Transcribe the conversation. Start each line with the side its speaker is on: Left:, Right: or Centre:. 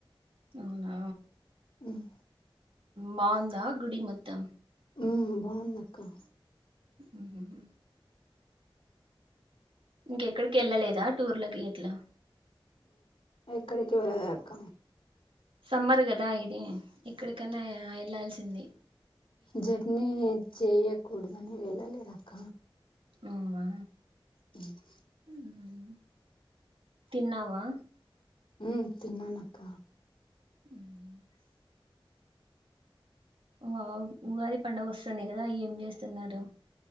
Right: అవునా
Left: ఉమ్
Right: బావుందా గుడి మొత్తం.
Left: ఉమ్ బాగుందక్క.
Right: ఉహుహు ఇంకెక్కడికి ఎళ్ళలేదా టూర్లకి అట్లా
Left: ఆ ఎక్కడికి వెళ్ళలేదక్క
Right: సమ్మర్ గదా ఇది ఎక్కడికన్నా వెళ్లాల్సింది.
Left: జర్నీ చేయ కూడదని వెళ్ళలేదక్క
Right: అవునా
Left: ఉమ్
Right: మ్మ్. తిన్నావా
Left: ఉమ్ తిన్నానక్క
Right: ఉమ్ వ ఉగాది పండగ వస్తాంది కదా ఏం చేస్తున్నారు?